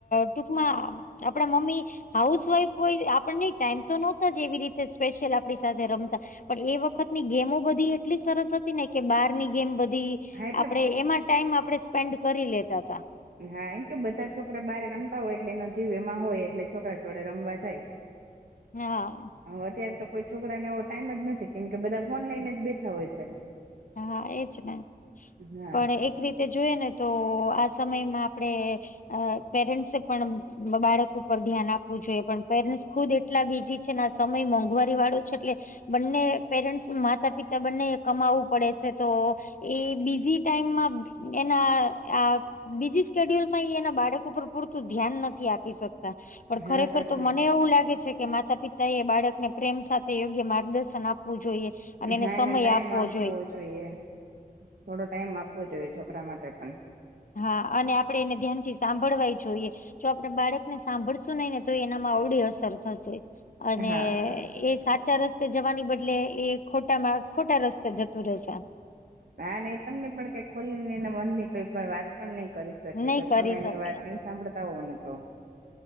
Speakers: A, on the left; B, on the right.
A: ટૂકમાં આપડા મમ્મી હાઉસ વાઈફ હોય આપણ ને ટાઈમ તો નહોતો જ એવી રીતે સ્પેશિયલ આપણી સાથે રમતા પણ એ વખતની ગેમો બધી એટલી સરસ હતી ને કે બારની ગેમ બધી
B: હા એટલે
A: આપડે એમાં ટાઈમ આપણેે સ્પેન્ડ કરી લેતાતા
B: હા એમ કે બધા છોકરા બાર રમતા હોય એટલે એનો જીવ એમાં હોય એટલે છોકરા જોડે રમવા જાય.
A: હા
B: હ અત્યારે તો કોઈ છોકરાને એવો ટાઈમ જ નથી કેમકે બધા ફોન લઈને જ બેઠા હોય છે.
A: હા એજ ને
B: હા
A: પણ એક રીતે જોઈ ને તો આ સમયમાં આપણેે અ પેરેન્ટ્સે પણ બાળક ઉપર ધ્યાન આપવું જોઈએ પણ પેરેન્ટ્સ ખુદ એટલા બીજી છે સમય મોંઘવારી વાળો છે એટલે બંને પેરેન્ટ્સ માતા પિતા બંને કમાવું પડે છે તો એ બીજી ટાઈમમાં એના બીજી સ્ેડ્યુલમાં એના બાળકો પર પૂરતું ધ્યાન નથી આપ શકતા પણ
B: હા
A: ખરેખર
B: સાચી
A: તો મને
B: વાત છે.
A: એવું લાગે છે કે માતા પિતા એ બાળકને પ્રેમ સાથે યોગ્ય માર્ગદર્શન આપવું જોઈએ અને એને
B: હા
A: સમય
B: ટાઈમ
A: આપવો જોઈએ.
B: આપવો જોઈએ થોડો ટાઈમ આપવો જોઈએ છોકરા માટે પણ
A: હા અને આપડે એને ધ્યાન થી સાંભળવા જોઈએ. જો આપડે બાળકને સાંભળશું નહી ને તો એનામાં આવડી અસર થશે. અને
B: હા
A: એ સાત સાચા રસ્તે જવાની બદલે એ ખોટા ખોટા રસ્તે જતું રહેશે.
B: હા ને એ તમને પણ કઈ ખોલી ને એના મન ની કોઈ પણ વાત પણ નહી કરી શકે
A: નહી
B: જો
A: કરી
B: તમે એની
A: શકે
B: વાત નહી સાંભળતા હોવ ને તો